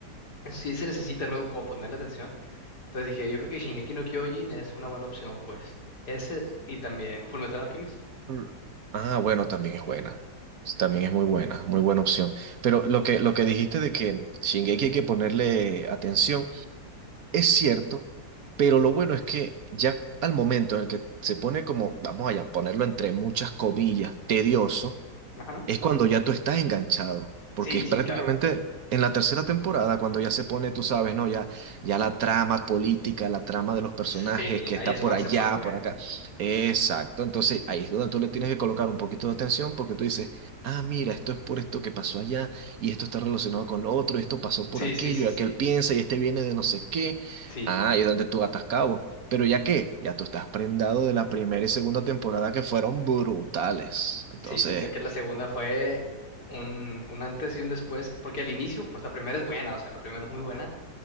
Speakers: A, on the left (about 70°); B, on the right (about 60°).
A: Sí se necesita, ¿no? Como ponerle atención. Entonces dije, yo creo que Shingeki no Kyojin es una buena opción, pues. Ese y también Fullmetal Alchemist.
B: Mm. Ah, bueno, también es buena. También es muy buena, muy buena opción. Pero lo que, lo que dijiste de que Shingeki hay que ponerle atención, es cierto, pero lo bueno es que ya al momento en el que se pone como, vamos allá, ponerlo entre muchas comillas, tedioso
A: Ajá.
B: es cuando ya tú estás enganchado, porque
A: Sí,
B: es
A: sí,
B: prácticamente
A: claro.
B: en la tercera temporada cuando ya se pone, tú sabes, ¿no? Ya, ya la trama política, la trama de los personajes
A: Sí,
B: que
A: ahí
B: está
A: es
B: por
A: cuando
B: allá,
A: se pone bueno.
B: por acá. Exacto, entonces ahí es donde tú le tienes que colocar un poquito de atención porque tú dices, ah, mira, esto es por esto que pasó allá y esto está relacionado con lo otro, y esto pasó por
A: Sí,
B: aquello
A: sí, sí,
B: y aquel
A: sí.
B: piensa y este viene de no sé qué.
A: Sí,
B: Ah, y es donde tú atas cabo. Pero ya que, ya tú estás prendado de la primera y segunda temporada que fueron brutales. Entonces...
A: Sí, siento que la segunda fue un, un antes y un después, porque al inicio, pues la primera es buena, o sea, la primera es muy buena,